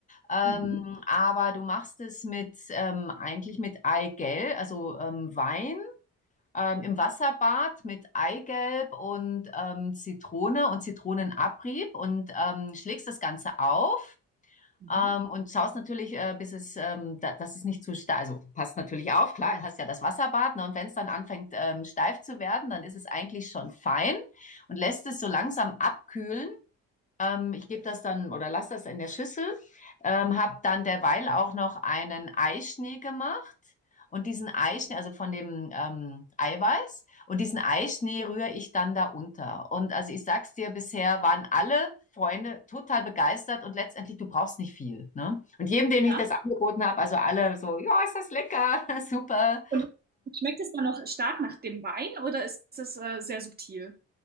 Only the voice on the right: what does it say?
Mhm.
Mhm.
Ja.
Und schmeckt es dann noch stark nach dem Wein oder ist es äh, sehr subtil?